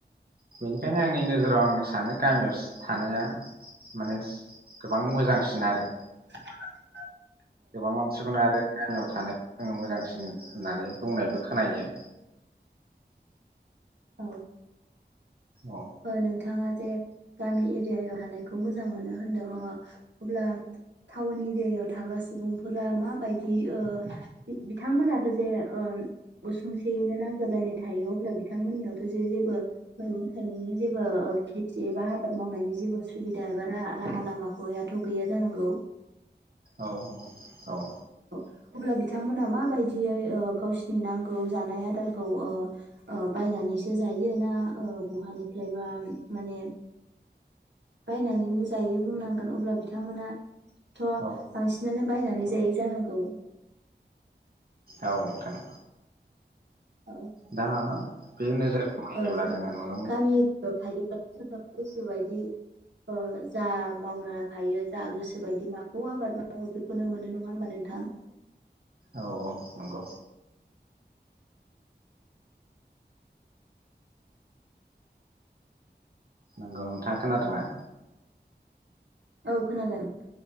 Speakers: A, on the right (about 55°); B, on the right (about 75°).
A: बिनिखायनो आंनि नोजोराव आङो सानो। गामियास थानाया मानेस गोबां मोजांसिन आरो।
B: <unintelligible>
A: गोबां मानसिफोरना आरो गामियाव थानाय जोंयो मोजांसिन होननानै बुंनायबो खोनायो।
B: औ।
A: औ
B: ओ नोंथाङा जे गामि एरियायाव थानायखौ मोजां मोनो होनदों ओ अब्ला टाउन एरियायाव थाग्रा सुबुंफोरा माबायदि ओ बि-बिथांमोनाथ जे ओम उसुंसेयैनो नांजाबलायनाय थायो अब्ला बिथांमोननियावथ जे-जेबो ओम। थाइगंनि जेबो ओ खेथि एबा हाबाद मावनायनि जेबो सुबिदा एबा रा-राहा लामाथ गैया जानांगौ।
A: औ औ।
B: अ अब्ला बिथांमोना माबायदियै ओ गावसिनि नांगौ जानाय आदारखौ ओ-ओ बायनानैसो जायो ना ओ बहानिफ्लायबा माने बायनानैनो जायो बुंनांगोन अब्ला बिथांमोना। थ
A: औ
B: बांसिनानो बायनानै
A: औ
B: जायो जा। औ।
A: औ नोंथां।
B: औ
A: दा बे नोजोरखौ नायोब्ला
B: ओ जों
A: जोङो नुनो
B: गामि <unintelligible> गोसोबायदि ओ जा मावनो हायो जा गोसोबायदि माखौ आबाद मावो बेखौनो मोनो नङा होमबा नोंथां।
A: औ औ नंगौ। नंगौ नोंथाङा खोनादोंना।
B: औ खोनादों।